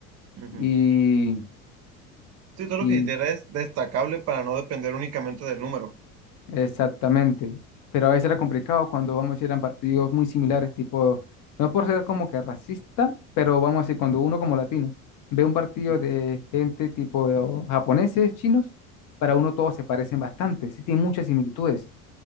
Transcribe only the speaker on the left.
y...
Y
Exactamente, pero a veces era complicado cuando vamos a ir a partidos muy similares, tipo, no por ser como que racista, pero vamos a decir, cuando uno como latino ve un partido
de gente tipo de, o japoneses, chinos, para uno todos se parecen bastante, sí tienen muchas similitudes.